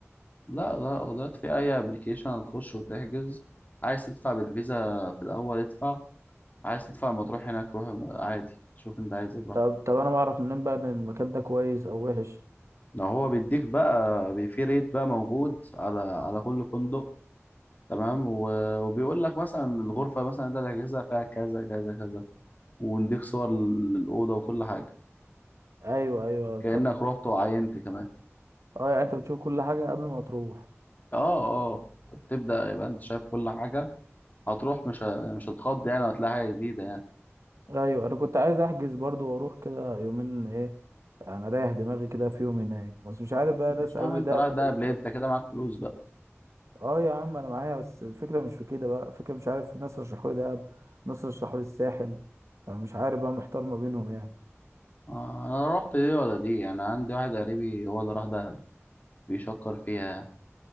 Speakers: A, on the left (about 35°); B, on the right (about 75°).
A: لا لا دلوقتي في اي ابلكيشن هتخش وتحجز عايز تدفع بالفيزا في الاول ادفع عايز تدفع لما تروح هناك روح عادي شوف انت عايز ايه براحتك
B: طب طب انا بعرف منين بقى ان المكان ده كويس او وحش
A: لو هو بيديك بقى بي- في ريت بقى موجود على على كل فندق تمام و- وبيقول لك مثلا الغرفة مثلا انت هتحجزها فيها كذا كذا كذا ونديك صور للأوضة وكل حاجة
B: ايوه ايوه
A: كأنك
B: طب
A: رحت وعينت كمان
B: اه يعني انت بتشوف كل حاجة قبل ما تروح
A: اه اه طب تبدأ يبقى انت شايف كل حاجة هتروح مش ه- مش هتخض يعني وهتلاقي حاجة جديدة يعني
B: ايوه انا كنت عايز احجز برضو واروح كده يومين ايه انا رايح دماغي كده في يوم هناك بس مش عارف بقى
A: مش
B: ناس قالوا
A: عم
B: لي
A: انت
B: دهب
A: رايح
B: كويسه
A: دهب ليه انت كده معاك فلوس بقى
B: اه يا عم انا معايا بس الفكره مش في كده بقى الفكره مش عارف ناس رشحوا لي دهب ناس رشحوا لي الساحل انا مش عارف بقى محتار ما بينهم يعني
A: آه انا رحت دي ولا دي انا عندي واحد قريبي هو اللي راح دهب بيشكر فيها يعني.